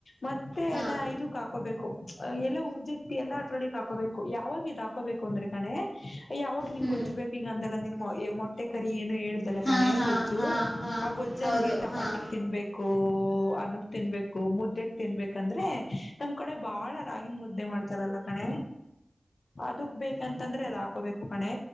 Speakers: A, on the left (about 85°); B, on the left (about 45°).
A: ಮತ್ತೆ
B: ಹಾಂ
A: ಅದ ಇದಕ್ ಹಾಕೋಬೇಕು. ಎಲ್ಲ ಉರ್ದಿರ್ತಿ ಎಲ್ಲಾ ಹತ್ರರೊಳಗ್ ಹಾಕೋಬೇಕು ಯಾವಾಗ ಇದ್ ಹಾಕೋಬೇಕು ಅಂದ್ರೆ ಕಣೆ ಯಾವಾಗ ನಿನ್
B: ಹ್ಞೂ
A: ಗೊಜ್ಜು ಬೇಕ್ ಈಗ ಅಂದಲ್ಲ ನಿನ್ ಮೊಟ್ಟೆ ಕರಿ ಏನು ಹೇಳ ಇಲ್ಲ
B: ಹಾಂ
A: ಕಣೆ
B: ಹಾಂ
A: ಗೊಜ್ಜು
B: ಹಾಂ ಹಾಂ
A: ಆ ಗೊಜ್ಜಂಗೆ
B: ಹೌದು
A: ಚಪಾತಿಗ್
B: ಹಾಂ
A: ತಿನ್ಬೇಕು.. ಒಹ್ ಅನ್ನಗ್ ತಿನ್ಬೇಕು ಮುದ್ದೆಕ್ ತಿನ್ಬೇಕಂದ್ರೆ ನಮ್ ಕಡೆ ಬಾಳ ರಾಗಿ ಮುದ್ದೆ ಮಾಡ್ ಬರಲ್ಲ ಕಣೆ ಅದಕ್ ಬೇಕಂತಂದ್ರೆ ಅದ ಹಾಕೋಬೇಕು ಕಣೆ